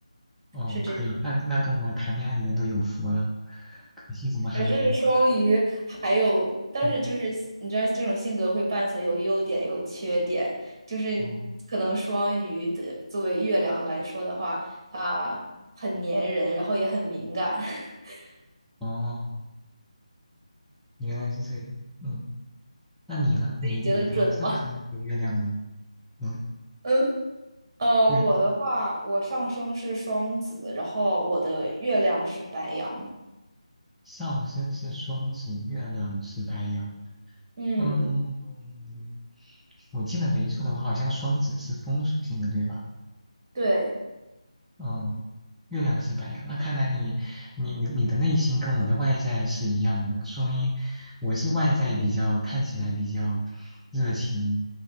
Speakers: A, in the centre; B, on the right.
A: 哦，
B: 是这。
A: 可以，那那跟我谈恋爱的人都有福了，可惜怎么还没有啊？
B: 可是双鱼还有，但是就是你知道，
A: 嗯，
B: 这种性格会伴随有优点也有缺点，就是可能双鱼的作为月亮来说的话，
A: 哦
B: 它很粘人，然后也很敏感，<laughs>
A: 哦，原来是这样，嗯，那你呢？你你的上升和月亮呢？
B: 你觉得准吗？
A: 嗯，
B: 嗯，呃，
A: 月
B: 我的话，我上升是双子，然后我的月亮是白羊。
A: 上升是双子，月亮是白羊，
B: 嗯，
A: 嗯，我记得没错的话，好像双子是风属性的，对吧？
B: 对
A: 嗯，月亮是白羊，那看来你你你你的内心跟我的外在是一样的，说明我是外在比较看起来比较热情，